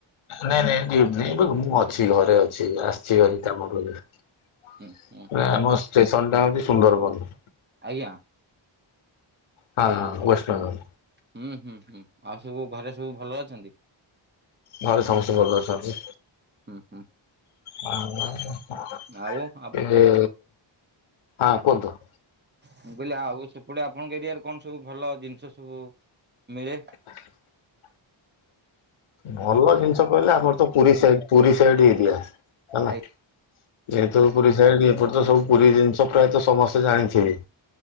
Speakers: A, on the left; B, on the right.
A: ନାଁ ନାଇଁ ନାଇଁ ଡ୍ୟୁଟି ନାହିଁ ଏବେ ମୁଁ ଅଛି ଘରେ ଅଛି ଆସିଛି ହାରି କାମରୁ ଅଇକା।
B: ହୁଁ ହୁଁ
A: ନାଁ ଆମ ଷ୍ଟେସନଟା ହଉଚି ସୁନ୍ଦରବନ।
B: ଆଜ୍ଞା।
A: ହଁ
B: ଉଁ ହୁଁ ହୁଁ
A: ୱେଷ୍ଟବେଙ୍ଗଲ
B: ହୁଁ ହୁଁ ହୁଁ ଆଉ ସବୁ ଘରେ ସବୁ ଭଲ ଅଛନ୍ତି?
A: ଘରେ ସମସ୍ତେ ଭଲ ଅଛନ୍ତି।
B: ହୁଁ ହୁଁ
A: ହଁ
B: ଆଉ ଆ
A: ଏବେ ଆ କୁହନ୍ତୁ।
B: ମୁଁ କହିଲି ଆଉ ସେପଟେ ଆପଣଙ୍କ ଏରିଆରେ କଣ ସବୁ ଭଲ ଜିନିଷ ସବୁ ମିଳେ?
A: <inaudible> ଭଲ ଜିନିଷ କହିଲେ ଆମର ତ Puri side Puri side area. ଚାଲାକ୍
B: ଆଇ
A: ଯେହେତୁ ପୁରୀ ସାଇଡ ଏପଟେ ତ ସବୁ ପୁରୀ ଜିନିଷ ପ୍ରାୟତ ସମସ୍ତେ ଜାଣିଥିବେ।